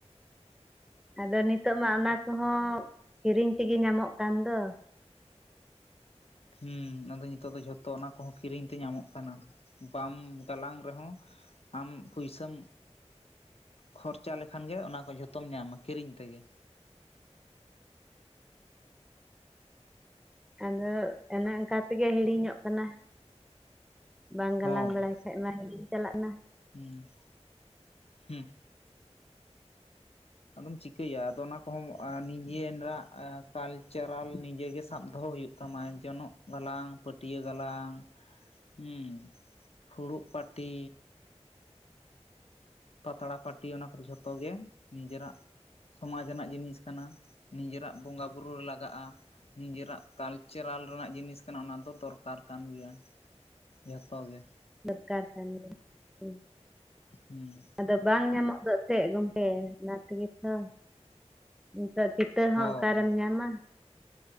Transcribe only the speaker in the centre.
ᱟᱫᱚ ᱱᱤᱛᱚᱜ ᱢᱟ ᱚᱱᱟ ᱠᱚᱦᱚᱸ ᱠᱤᱨᱤᱧ ᱛᱮᱜᱮ ᱧᱟᱢᱚᱜ ᱠᱟᱱ ᱫᱚ
ᱟᱫᱚ ᱚᱱᱮ ᱚᱱᱠᱟ ᱛᱮᱜᱮ ᱦᱤᱲᱤᱧᱚᱜ ᱠᱟᱱᱟ ᱵᱟᱝ ᱜᱟᱞᱟᱝ
ᱵᱟᱲᱟᱭ <unintelligible> ᱠᱷᱟᱭᱟ ᱢᱟ ᱦᱤᱲᱤᱧ ᱪᱟᱞᱟᱜ ᱠᱟᱱᱟ᱾
ᱫᱚᱨᱠᱟᱨ ᱠᱟᱱᱜᱮᱭᱟ <inaudible>
ᱟᱫᱚ ᱵᱟᱝ ᱧᱟᱢᱚᱜ ᱫᱚ ᱮᱱᱛᱮ ᱜᱚᱢᱠᱮ ᱚᱱᱟ ᱛᱮᱜᱮ ᱛᱚ᱾ ᱱᱤᱛᱚᱜ ᱠᱤᱛᱟᱹ ᱦᱚᱸ
ᱚᱠᱟᱨᱮᱢ ᱧᱟᱢᱟ᱾